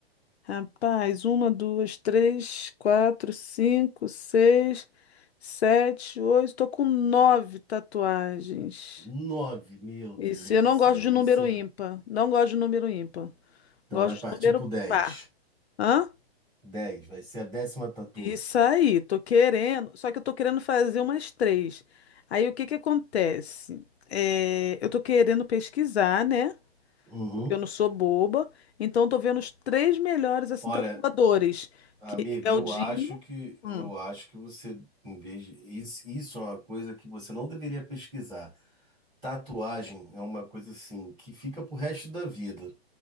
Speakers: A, on the left; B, in the centre.
A: Rapaz, uma, duas, três, quatro, cinco, seis, sete, oito. Tô com nove tatuagens.
B: Nove, meu Deus
A: Isso, eu
B: do
A: não
B: céu.
A: gosto de número
B: Você.
A: ímpar. Não gosto de número ímpar.
B: Então
A: Gosto
B: vai partir
A: de número
B: pro dez.
A: par. Hã?
B: Dez, vai ser a décima tatu.
A: Isso aí, tô querendo. Só que eu tô querendo fazer umas três. Aí o que que acontece? É, eu tô querendo pesquisar, né?
B: Uhum.
A: Porque eu não sou boba. Então eu tô vendo os três melhores assim
B: Olha,
A: tatuadores,
B: amiga,
A: que é
B: eu
A: o Dinho.
B: acho que
A: Hum,
B: eu acho que você, em vez de, isso, isso é uma coisa que você não deveria pesquisar. Tatuagem é uma coisa assim que fica pro resto da vida.